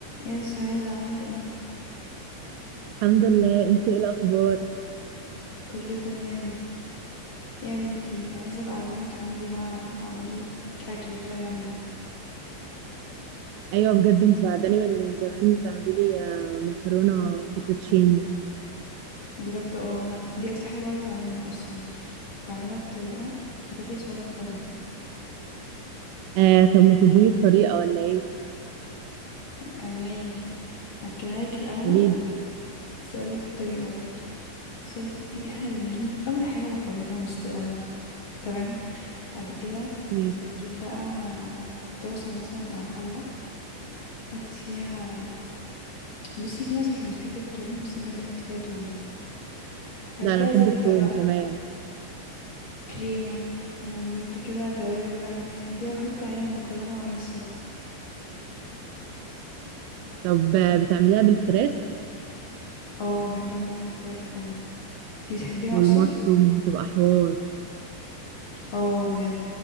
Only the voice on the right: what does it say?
الحمد لله انتي ايه الاخبار
ايوه بجد انت بعداني من زمان تعملي لي آه، مكرونه فوتوتشيني
آه طب ما تديني الطريقه ولا ايه
قوليلي
ماشي
لا
انا بحب
التوم
تمام
طب آه، بتعمليها بالفراخ
والمشروم
هتبقى حوار